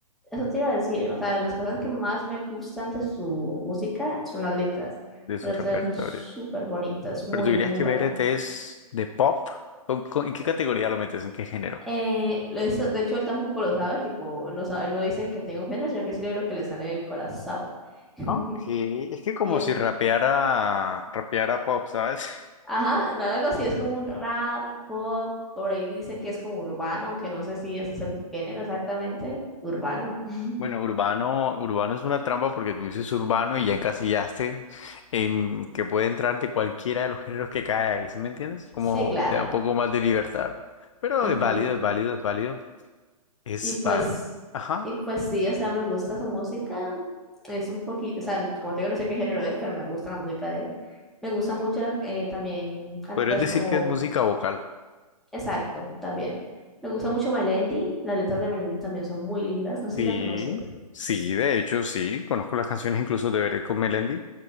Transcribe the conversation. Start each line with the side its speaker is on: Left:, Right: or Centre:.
Centre: eso te iba a decir, o sea, las cosas que más me gustan de su música son las letras.
Left: de su
Centre: Las
Left: repertorio.
Centre: letras son súper bonitas, muy,
Left: Pero tú dirías
Centre: muy
Left: que
Centre: bacanas.
Left: BRT es de pop, ¿O co- ¿en qué categoría lo metes? ¿En qué género?
Centre: Eh, eso- de hecho, él tampoco lo sabe, tipo, no sabe, no dice que tenga un género, sino que escribe lo que le sale del corazón. <laughs>
Left: Ok, es que como
Centre: Y en-
Left: si rapeara, rapeara pop, ¿sabes?
Centre: ajá, no, algo así, es como un rap, pop, por ahí dice que es como urbano, que no sé si ese es el género exactamente, urbano. <laughs>
Left: Bueno, urbano, urbano es una trampa porque tú dices urbano y ya encasillaste en que puede entrar de cualquiera de los géneros que cae ahí, ¿sí me entiendes? Como
Centre: Sí, claro.
Left: te da un poco más de libertad. Pero
Centre: Ujú.
Left: es válido, es válido, es válido. Es
Centre: Y pues,
Left: válido. Ajá.
Centre: y pues sí, o sea, me gusta su música. Es un poquito, o sea, como te digo, no sé qué género es, pero me gusta la música de él. Me gusta mucho las- eh, también cantantes
Left: Podrías decir
Centre: como,
Left: que es música vocal.
Centre: exacto, también. Me gusta mucho Melendi. Las letras de Melendi también son muy lindas. No sé
Left: Sí,
Centre: si la conoces.
Left: sí, de hecho, sí. Conozco las canciones incluso de Veré con Melendi.